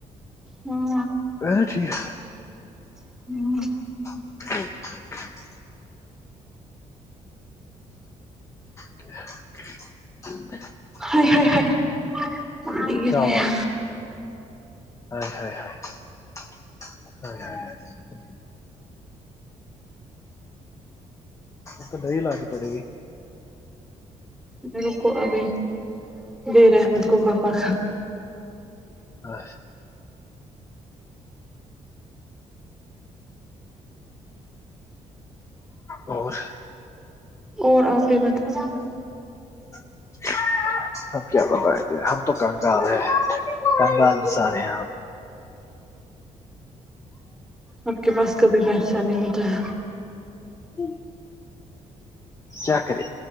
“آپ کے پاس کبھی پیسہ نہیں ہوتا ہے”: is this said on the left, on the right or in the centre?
Centre